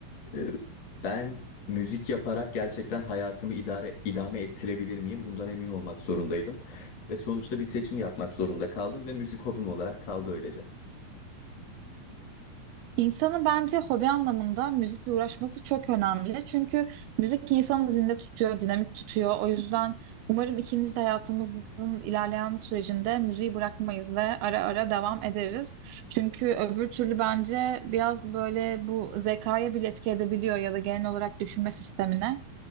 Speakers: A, on the left (about 50°); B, on the right (about 85°).
A: E, ben müzik yaparak gerçekten hayatımı idare idame ettirebilir miyim? Bundan emin olmak zorundaydım. Ve sonuçta bir seçim yapmak zorunda kaldım ve müzik hobim olarak kaldı öylece.
B: İnsanın bence hobi anlamında müzikle uğraşması çok önemli. Çünkü müzik insanı zinde tutuyor, dinamik tutuyor. O yüzden umarım ikimiz de hayatımızın ilerleyen sürecinde müziği bırakmayız ve ara ara devam ederiz. Çünkü öbür türlü bence biraz böyle bu zekaya bile etki edebiliyor ya da genel olarak düşünme sistemine.